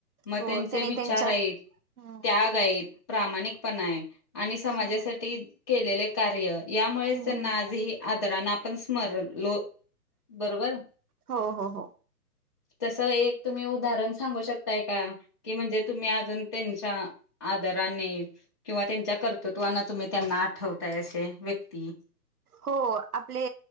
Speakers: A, on the left (about 20°); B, on the right (about 70°).
A: मग
B: हो
A: त्यांचे
B: त्याने
A: विचार
B: त्यांच्या
A: आहेत
B: हम्म
A: त्याग आहेत प्रामाणिकपणा आहे आणि समाजासाठी
B: हम्म
A: केलेले कार्य यामुळेच
B: हम्म
A: त्यांना आजही आदरान आपण स्मरण लो बरोबर
B: हो हो हो
A: <unintelligible> तसं एक तुम्ही उदाहरण सांगू शकताय का की म्हणजे तुम्ही अजून त्यांच्या आदराने किंवा त्यांच्या कर्तृत्वाना तुम्ही त्यांना आठवताय असे व्यक्ती
B: हो आपले